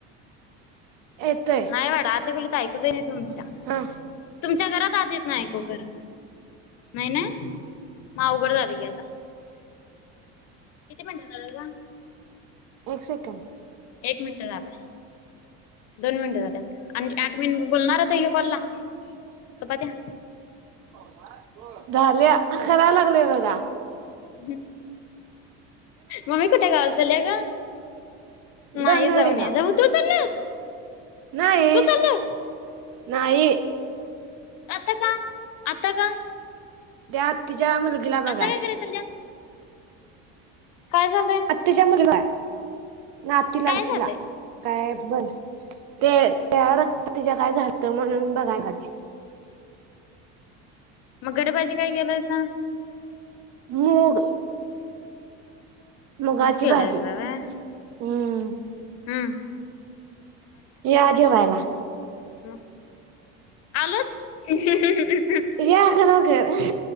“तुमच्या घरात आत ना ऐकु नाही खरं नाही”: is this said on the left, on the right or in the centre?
Left